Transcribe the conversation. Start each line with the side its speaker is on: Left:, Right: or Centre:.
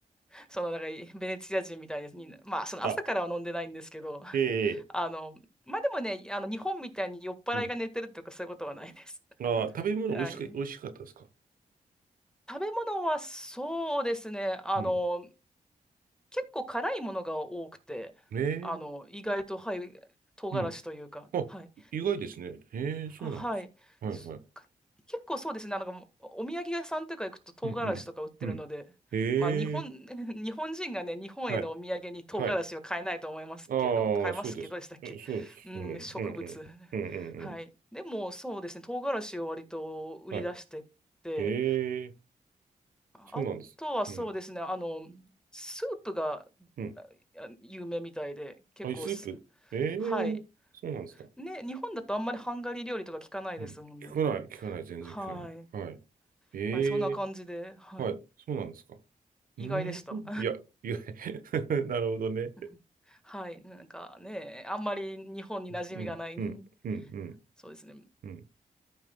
Centre: そのなんかベネチア人みたいですに、まあその朝からは飲んでないんですけど、
Right: あ、ええ、
Centre: あの、まあでもね、あの日本みたいに酔っ払いが寝てるとかそういうことはないです。
Right: うん。ああ、食べ物美味しく、
Centre: はい。
Right: 美味しかったですか
Centre: 食べ物はそうですね。あの、
Right: うん。
Centre: 結構辛いものが多くて、
Right: ええ、
Centre: あの、意外と、はい、唐辛子というか、
Right: うん。あ、
Centre: はい。
Right: 意外ですね。ええ、そうなんです。
Centre: あ、はい。
Right: はいはい。
Centre: すか結構そうですね。なんかもう、お土産屋さんとか行くと唐辛子とか売ってるので、
Right: うん、うん、うん。ええ、
Centre: まあ、日本、<laughs> 日本人がね、日本へのお土産に唐辛子は買えないと思いますけど、
Right: はい、はい。ああ、
Centre: 買えますけどでしたっけうん、
Right: そうです。うんそうです。うん、
Centre: 植物。
Right: うん、うん、うん、うん。
Centre: はい。
Right: うん
Centre: でも、そうですね。唐辛子を割と売り出してて、
Right: はい。ええ、
Centre: あとはそうですね、
Right: そうなんです。うん、
Centre: あの、スープが
Right: うん。
Centre: あ有名みたいで、結構す、
Right: あ、スープ。ええ、
Centre: はい。
Right: そうなんですか。
Centre: ね、日本だとあんまりハンガリー料理とか聞かないですもんね。
Right: うん。聞かない、聞かない、全然聞かない。
Centre: はい。
Right: はい。ええ
Centre: はい、そんな感じで、はい。
Right: はい、そうなんですか。う
Centre: 意外でした。
Right: ーん、いや、いや、<laughs> なるほどね。
Centre: <laughs> はい。なんかね、あんまり日本に馴染みがない。
Right: うん、うん、
Centre: <laughs>
Right: うん、うん、
Centre: そうですね。
Right: うん。